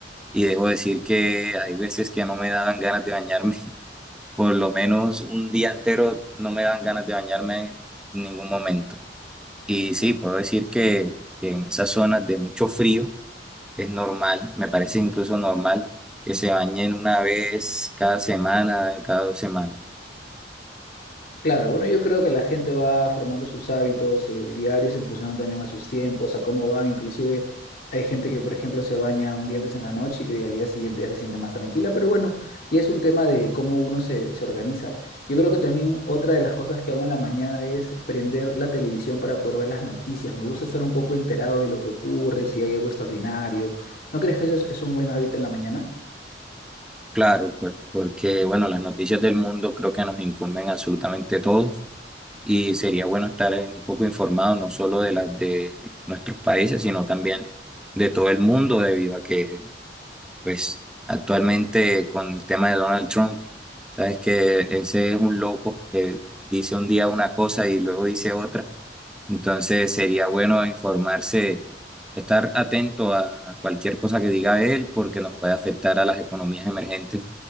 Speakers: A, in the centre; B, on the left.
A: y debo decir que hay veces que no me daban ganas de bañarme. <laughs> Por lo menos un día entero no me daban ganas de bañarme en ningún momento. Y sí, puedo decir que, que en esas zonas de mucho frío es normal, me parece incluso normal que se bañen una vez cada semana, cada dos semanas.
B: Claro, bueno, yo creo que la gente va formando sus hábitos eh, diarios en función también a sus tiempos, a cómo van. Inclusive hay gente que, por ejemplo, se baña un día antes en la noche y que al día siguiente ya se siente más tranquila, pero bueno, ya es un tema de cómo uno se, se organiza. Yo creo que también otra de las cosas que hago en la mañana es prender la televisión para poder ver las noticias. Me gusta estar un poco enterado de lo que ocurre, si hay algo extraordinario. ¿No crees que eso es es un buen hábito en la mañana?
A: Claro, por- porque bueno, las noticias del mundo creo que nos incumben absolutamente a todos y sería bueno estar eh, un poco informado no solo de las de nuestros países, sino también de todo el mundo debido a que pues actualmente con el tema de Donald Trump, sabes que ese es un loco que dice un día una cosa y luego dice otra entonces sería bueno informarse, estar atento a cualquier cosa que diga él porque nos puede afectar a las economías emergentes